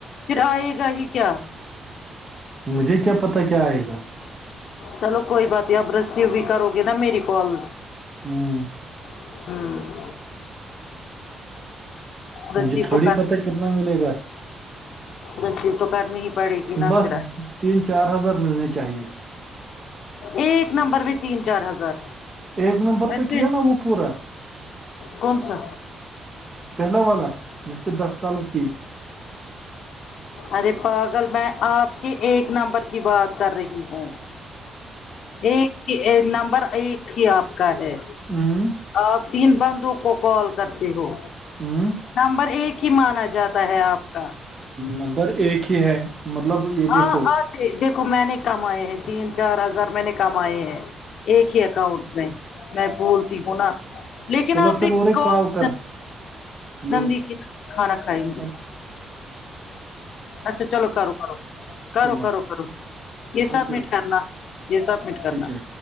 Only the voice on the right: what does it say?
مجھے کیا پتا کیا آئے گا
ہوم
مجھے تھوڑی
پتہ کتنا ملے گا
بس
تین چار ہزار ملنے چاہیے
ایک نمبر
تو کیا نا وہ پورا
پہلا والا جس پہ دس کالج کی
ہمم
ہمم
نمبر ایک ہی ہے مطلب یہ
دیکھو
چلو
پھر اور ایک
کر ہیلو
اچ-
چلو
اوکے
اوکے
ٹھیک ہے